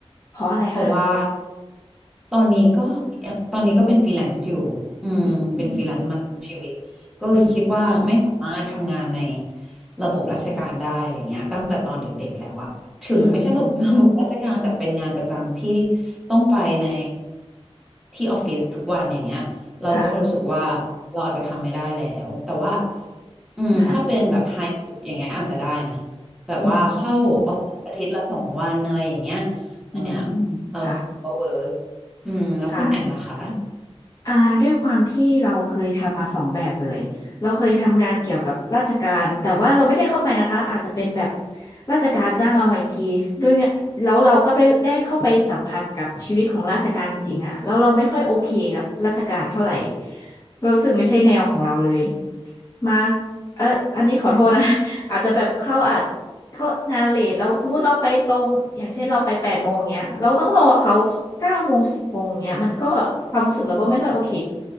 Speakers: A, on the left; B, in the centre.
A: เพราะอะไรคะ
B: เพราะว่าตอนนี้ก็ตอนนี้ก็เป็นฟรีแลนซ์อยู่อืมเป็นฟรีแลนซ์มาทั้งชีวิตก็เลยคิดว่าไม่สามารถทำงานใน
A: อืมอืม
B: ระบบราชการได้อะไรเงี้ยตั้งแต่ตอนเด็กๆแล้วอะถึงไม่ใช่ระบบ
A: อืม
B: <laughs> ระบบราชการแต่เป็นงานประจำที่ต้องไปในที่ออฟฟิศทุกวันอย่างเงี้ยเราก็รู้สึกว่า
A: ค่ะ
B: เราอาจจะทำไม่ได้แล้วแต่ว่าอืมถ้าเป็นแบบไฮบริดอย่างเงี้ยอาจจะได้นะ
A: ค่ะ
B: แบบว่าเข้าออฟฟิศอาทิตย์ละสองวันอะไรอย่างเงี้ย
A: อืมอืม
B: อันเนี้ย เราก็เวิร์ก
A: ค่ะ
B: อืมแล้วคุณแอมล่ะคะ
A: ค่ะ อ่าด้วยความที่เราเคยทำมาสองแบบเลยเราเคยทำงานเกี่ยวกับราชการแต่ว่าเราไม่ได้เข้าไปนะคะอาจจะเป็นแบบราชการจ้างเรามาอีกทีด้วยเนี่ยแล้วเราก็ได้ได้เข้าไปสัมผัสกับชีวิตของราชการจริงๆอะแล้วเราไม่ค่อยโอเคกับราชการเท่าไหร่เรารู้สึกไม่ใช่แนวของเราเลยมาเอออันนี้ขอโทษนะ <laughs> อาจจะแบบเข้าอาจ เขางานเลทเราสมมติเราไปตรงอย่างเช่นเราไปแปดโมงเงี้ยเราต้องรอเขาเก้าโมงสิบโมงเงี้ยมันก็ความรู้สึกเราก็ไม่ค่อยโอเค